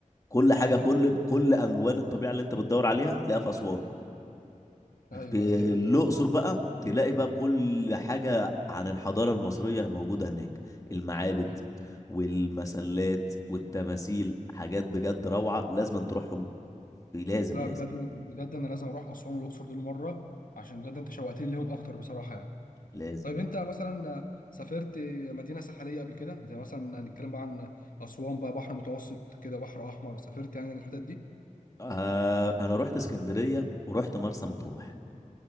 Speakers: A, on the left (about 25°); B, on the left (about 90°).
A: كل
B: بالظبط
A: حاجه كل كل الوان الطبيعه اللي انت بتدور عليها تلاقيها في اسوان
B: ايوه
A: في
B: ايوه دي حقيقه
A: الأقصر بقى تلاقي بقى كل حاجة عن الحضارة المصرية موجودة هناك المعابد
B: ايوه
A: والمسلات والتماثيل حاجات بجد روعة لازم تروحهم لازم
B: لا
A: لازم
B: بجد بجد انا لازم اروح اسوان والاقصر دول مره عشان بجد انت شوقتني ليهم اكتر بصراحه يعني
A: لازم
B: طيب انت مثلا سافرت مدينه ساحليه قبل كده زي مثلا نتكلم بقى عن اسوان بقى بحر متوسط كده بحر احمر سافرت يعني الحتت دي
A: آه أنا رحت اسكندرية ورحت مرسى
B: مم.
A: مطروح